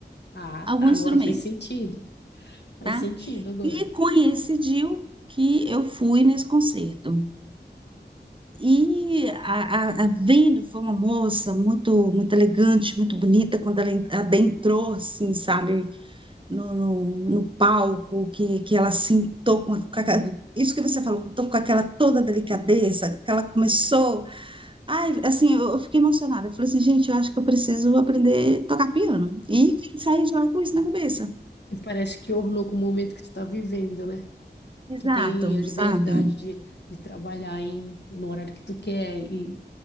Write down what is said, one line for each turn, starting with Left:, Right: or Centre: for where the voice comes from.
Left: Ah,
Right: algum
Left: tá. Agora
Right: instrumento,
Left: faz sentido. Faz
Right: tá?
Left: sentido agora.
Right: E coincidiu que eu fui nesse concerto. E a, a, a vendo foi uma moça muito muito elegante, muito bonita, quando ela en- adentrou, assim, sabe? no, no, no palco, que, que ela sentou com, a- com a- isso que você falou, com, com aquela toda delicadeza, que ela começou. Ai, assim, eu, eu fiquei emocionada. Eu falei assim, gente, eu acho que eu preciso aprender a tocar piano. E saí já com isso na cabeça.
Left: E Parece que ornou com o momento que tu tá vivendo, né?
Right: Exato,
Left: Tu tem a liberdade
Right: sabe?
Left: de, de trabalhar em, no horário que tu quer e